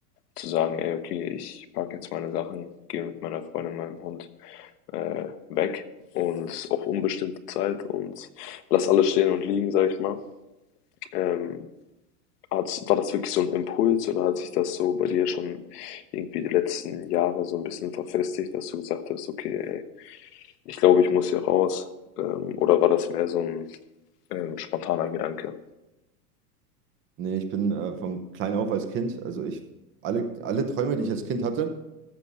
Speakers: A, on the left; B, on the right.
A: zu sagen, ey, okay, ich packe jetzt meine Sachen, gehe mit meiner Freundin, meinem Hund äh, weg und auch unbestimmte Zeit und lass alles stehen und liegen, sag ich mal. Ähm, hat's, war das wirklich so ein Impuls oder hat sich das so bei dir schon irgendwie die letzten Jahre so ein bisschen verfestigt, dass du gesagt hast, okay, ey, ich glaube, ich muss hier raus. Ähm, oder war das mehr so ein ähm, spontaner Gedanke?
B: Nee, ich bin äh, von klein auf als Kind, also ich, alle, alle Träume, die ich als Kind hatte,